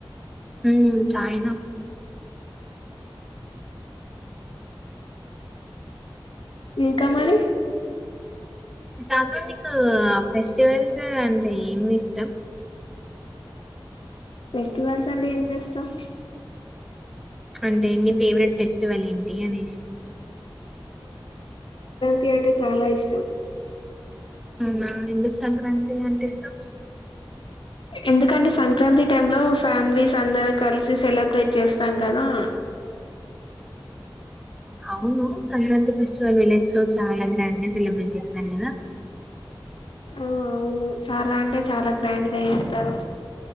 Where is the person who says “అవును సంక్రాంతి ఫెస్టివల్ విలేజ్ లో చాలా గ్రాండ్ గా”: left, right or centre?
Centre